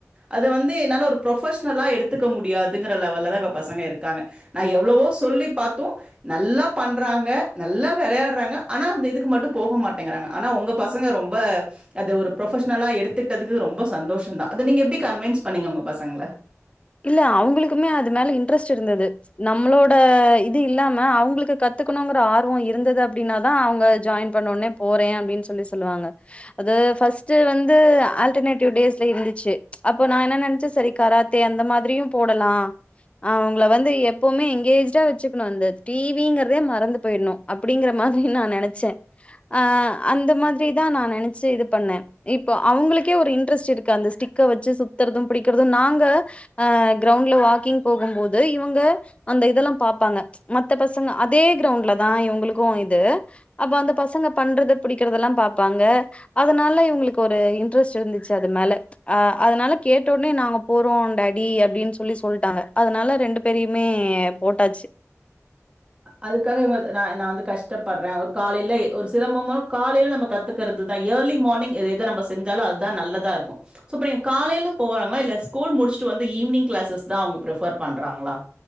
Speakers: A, on the right (about 20°); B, on the left (about 25°).
A: அத வந்து என்னால ஒரு ப்ரொபஷனலா எடுத்துக்க முடியாதுங்கிற லெவல்லதா இப்ப பசங்க இருக்காங்க நா எவளவோ சொல்லி பாத்து நல்லா பண்றாங்க நல்லா வெளையாட்றாங்க ஆனா அந்த இதுக்கு மட்டு போக மாட்டேங்கறாங்க ஆனா உங்க பசங்க ரொம்ப அது ஒரு ப்ரொபெஷனலா எடுத்துக்கிட்டதுக்கு ரொம்ப சந் சந்தோஷோன்தா அது நீங்க எப்டி கன்வின்ஸ் பண்ணீங்க உங்க பசங்கள
B: இல்ல அவுங்ளுக்குமே அது மேல இன்ட்ரெஸ்ட் இர்ந்தது நம்ளோட இது இல்லாம அவுங்களுக்கு கத்துக்கணுங்ற ஆர்வோ இருந்தது அப்டின்னாதா அவுங்க ஜாய்ன் பண்ணோன்னே போறே அப்டின் சொல்லி சொல்லுவாங்க அது ஃபஸ்ட்டு வந்து ஆல்டர்னேடிவ் டேஸ்ல இருந்துச்சு அப்போ நா என்ன நெனச்சே செரி கராத் தே அந்த மாதிரியு போடலா அவ்ங்கள வந்து எப்பமே எங்கேஜ்டா வெச்சுக்கணு இந்த டிவிங்கிறதே மறந்து போயிட்ணோ அப்டிங்கிற மாத்ரி நா நெனச்சே ஆ அந்த மாதிரி தா நா நெனச்சு இது பண்ணே இப்போ அவுங்ளுக்கே ஒரு இன்ட்ரெஸ்ட் இருக்கு அந்த ஸ்டிக்க வெச்சு சுத்தற்தும் பிடிக்கற்து நாங்க அ கிரவுண்ட்ல வாக்கிங் போகும்போது இவுங்க அந்த இதெல்லா பாப்பாங்க மத்த பசங்க அதே கிரௌண்ட்லதா இவுங்களுக்கு இது அப்ப அந்த பசங்க பண்றது பிடிக்கற்தெல்லா பாப்பாங்க அதனால இவுங்களுக்கு ஒரு இன்ட்ரெஸ்ட் இருந்துச்சு அது மேல அ அதனால கேட்ட ஒன்னே நாங்க போறோ டாடி அப்டின் சொல்லி சொல்ட்டாங்க அதனால ரெண்டு பேரையுமே போட்டாச்சு
A: அதுக்காக இவ்ங்க நா நா வந்து கஷ்டப்பட்றே ஒரு காலையில எ ஒரு சிலம்பமோ காலையில நம்ம கத் துக்கறது தா இயர்லி மார்னிங் எதெது நம்ம செஞ்சாலு அதுதா நல்லதா இருக்கு சோ ப்ப நீங்க காலையில போவாங்களா இல்ல ஸ்கூல் முடிச்சுட்டு வந்து ஈவினிங் கிளாஸஸ்தா அவங்க பிரிஃபேர் பண்றாங்ளா